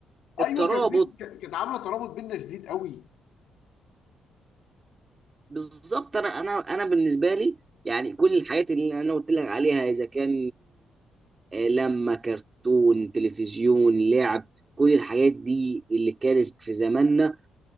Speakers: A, on the right (about 30°); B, on the left (about 80°).
A: الترابط
B: ايوه كان في ك- كانت عامله ترابط بينا شديد قوي
A: بالظبط انا انا انا بالنسبه لي يعني كل الحاجات اللي انا قلت لك عليها اذا كان آه، لما كرتون تلفزيون لعب كل الحاجات دي اللي كانت في زماننا